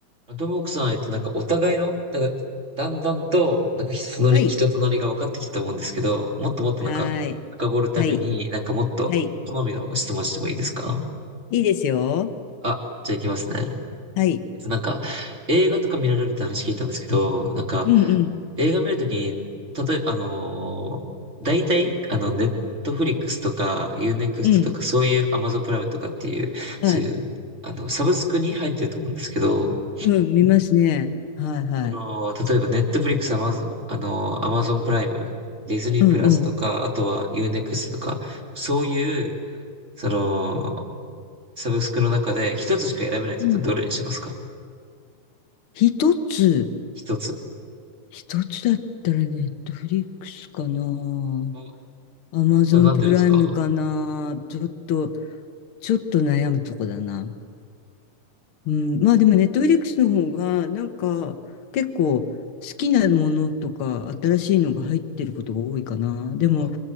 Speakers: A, on the right; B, on the left.
A: あともくさん、えっと、なんかお互いの、なんか、だんだんと、なんか人となり、
B: はい。
A: 人となりが分かってきたと思うんですけど、もっともっとなんか、
B: はーい。
A: 深掘るために、
B: はい。
A: なんかもっと好みの質問してもいいですか
B: はい。いいですよ。
A: あ、じゃあ行きますね。
B: はい。
A: えっと、なんか、映画とか見られるって話聞いたんですけど、なんか、
B: うんうん。
A: 映画見るときに、たとえ、あのー、大体、あの、ネットフリックスとか、ユーネクストとか、
B: うん。
A: そういうアマゾンプライムとかっていう、
B: はい。
A: そういう、あの、サブスクに入ってると思うんですけど、
B: うん。見ますね。はいはい。
A: その、例えば、ネットフリックス、アマゾン、あの、アマゾンプライム、ディズニープラスとか、
B: うんうん。
A: あとはユーネクストとか、そういう、その、サブスクの中で一つしか選べないって言ったらどれにしますか
B: うん。一つ。
A: 一つ。
B: 一つだったらネットフリックスかな。
A: お、
B: アマゾンプライムかな。
A: それはなんでですか
B: ちょっと、ちょっと悩むとこだな。うん、まあでもネットフリックスの方がなんか結構好きなものとか新しいのが入ってることが多いかな。でも、
A: あ、